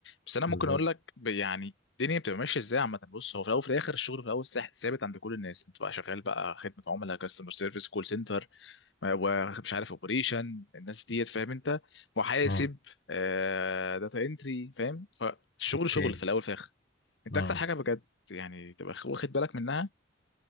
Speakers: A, on the left (about 80°); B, on the left (about 60°).
A: بس انا ممكن
B: بالظبط
A: اقول لك ب- يعني الدنيا بتبقى ماشيه ازاي عامه بص هو في الاول وفي الاخر الشغل في الاول سا- ثابت عند كل الناس انت بقى شغال بقى خدمه عملاء كاستمر سيرفيس كول سنتر ومش عارف اوبريشن الناس ديت فاهم انت محاسب
B: اه
A: آه داتا انتري فاهم فالشغل
B: اوكي
A: شغل في الاول في الاخر انت
B: اه
A: اكتر حاجه بجد يعني تبقى واخد بالك منها